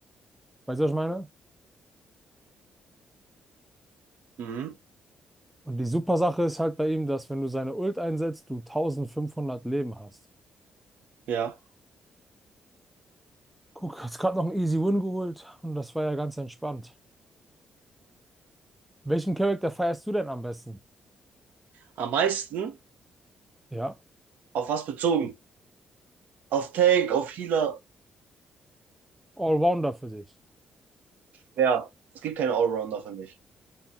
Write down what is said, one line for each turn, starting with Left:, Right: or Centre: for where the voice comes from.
Centre: Weißt du, was ich meine?
Right: Mhm.
Centre: Und die super Sache ist halt bei ihm, dass wenn du seine Ult einsetzt, du 1500 Leben hast.
Right: Ja.
Centre: Guck, hast gerade noch einen Easy Win geholt und das war ja ganz entspannt. Welchen Charakter feierst du denn am besten?
Right: Am meisten
Centre: Ja,
Right: auf was bezogen? Auf Tank, auf Healer.
Centre: Allrounder für dich.
Right: Ja, es gibt keine Allrounder für mich.